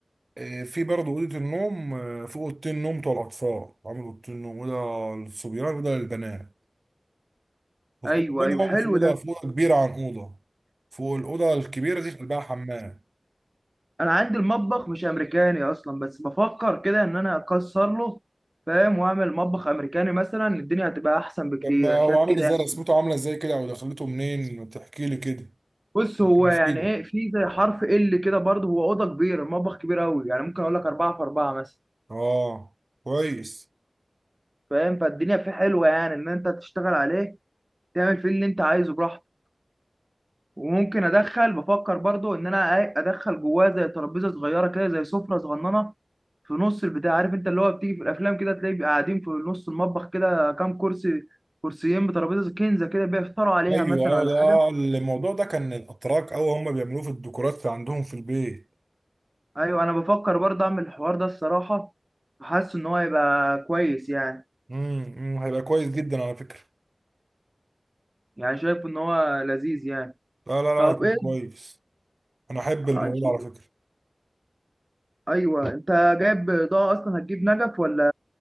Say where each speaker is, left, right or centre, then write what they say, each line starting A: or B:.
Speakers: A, on the right; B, on the right.
A: آه، في برضه أوضة النوم آه، في أوضتين نوم بتوع الأطفال عامل أوضتين نوم أوضة للصبيان وأوضة للبنات وفي
B: ايوه
A: أوضة منهم
B: ايوه حلو
A: في أوضة
B: ده
A: في أوضة كبيرة عن أوضة فوق الأوضة الكبيرة دي في قلبها حمام
B: انا عندي المطبخ مش امريكاني اصلا بس بفكر كده ان انا اكسر له فاهم واعمل مطبخ امريكاني مثلا الدنيا هتبقى احسن بكتير
A: لما
B: انا
A: هو
B: شايف
A: عامل
B: كده
A: إزاي
B: يعني
A: رسمته عاملة إزاي كده أو دخلته منين تحكي لي كده
B: بص هو
A: يمكن أفيدك
B: يعني ايه في زي حرف ال كده برضه هو اوضه كبيره المطبخ كبير قوي يعني ممكن اقول لك اربعه في اربعه مثلا
A: آه كويس
B: فاهم فالدنيا فيه حلوه يعني ان انت تشتغل عليه تعمل فيه اللي انت عايزه براحتك وممكن ادخل بفكر برضه ان انا ادخل جواه زي ترابيزه صغيره كده زي سفره صغننه في نص البتاع عارف انت اللي هو بتيجي في الافلام كده تلاقي بيبقى قاعدين في نص المطبخ كده كام كرسي كرسيين بترابيزه كنزه كده بيفطروا عليها
A: أيوه
B: مثلا ولا
A: آه،
B: حاجه
A: ده الموضوع ده كان الأتراك أو هم بيعملوه في الديكورات اللي عندهم في البيت
B: ايوه انا بفكر برضه اعمل الحوار ده الصراحه حاسس ان هو هيبقى كويس يعني
A: امم أمم، هيبقى كويس جدا على فكرة
B: يعني شايف ان هو لذيذ يعني
A: لا لا لا
B: طب
A: هيكون
B: ايه
A: كويس أنا أحب
B: آه،
A: الموضوع
B: إن شاء
A: ده على
B: الله.
A: فكرة
B: ايوه انت جايب اضاءه اصلا هتجيب نجف ولا